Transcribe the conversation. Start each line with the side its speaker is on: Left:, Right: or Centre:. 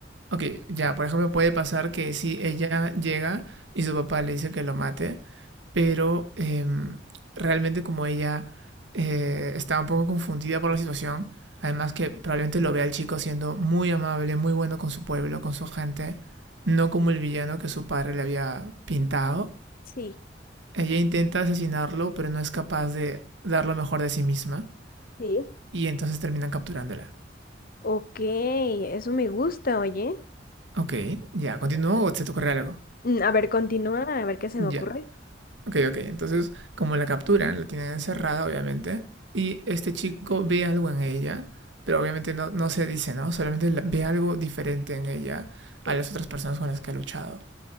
Right: Ok, ya, por ejemplo, puede pasar que si ella llega y su papá le dice que lo mate, pero em, realmente como ella eh, está un poco confundida por la situación, además que probablemente lo vea el chico siendo muy amable, muy bueno con su pueblo, con su gente, no como el villano que su padre le había pintado
Left: Sí,
Right: ella intenta asesinarlo, pero no es capaz de dar lo mejor de sí misma.
Left: sí.
Right: Y entonces terminan capturándola.
Left: Ok, eso me gusta, oye.
Right: Ok, ya, continúo o se te ocurre algo.
Left: Mm, A ver, continúa, a ver qué se
Right: Ya,
Left: me ocurre.
Right: ok, ok. Entonces, como la capturan, la tienen encerrada, obviamente. Y este chico ve algo en ella, pero obviamente no, no se dice, ¿no? Solamente la- ve algo diferente en ella a
Left: Sí,
Right: las otras personas con las que ha luchado.